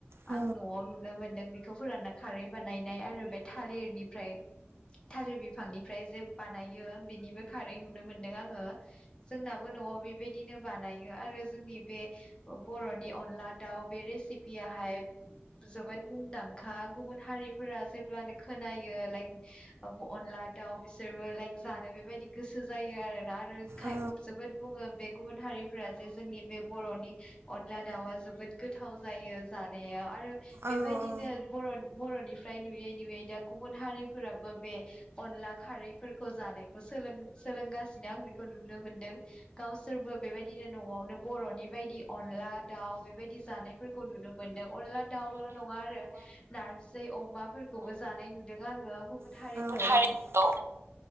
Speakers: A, on the right; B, on the left.
A: औ
B: आं न'आव नुनो मोनदों बेखौ बिखौ फोराना खारै बानायनाय आरो बे थालिरनिफ्राय थालिर बिफांनिफ्राय जे बानायो बिनिबो खारै नुनो मोनदों आङो जोंनाबो न'आव बेबाय बिदिनो बानायो आरो जोंनि बे बर'नि बे अनला दाउ बे रेसिपियाहाय जोबोद मुंदांखा गुबुन हारिफोरा जेब्लानो खोनायो लाइक अनला दाउ बिसोरबो लाइक जानो बेबायदि गोसो जायो आरो आरो खाय
A: औ
B: जोबोद बुङो बे गुबुन हारिफोरा जे जोंनि बे बर'नि अनला दाउआ जोबोद गोथाव जायो जानायाव आरो
A: औ
B: बेबायदिनो
A: औ
B: बरनि-बर'नि फ्राय नुयै नुयै दा गुबुन हारिफोराबो बे अनला खारैफोरखौ जानायखौ सोलों-सोलोंगासिनो आं बेखौ नुनो मोनदों गावसोरबो बेबायदिनो न'आवनो बर'नि बायदि अनला दाउ बेबायदि जानायफोरखौ नुनो मोनदों अनला दाउल' नङा आरो नारजि अमाफोरखौबो जानाय नुदों आङो गुबुन
A: अमाफोरखौ
B: हारिखौ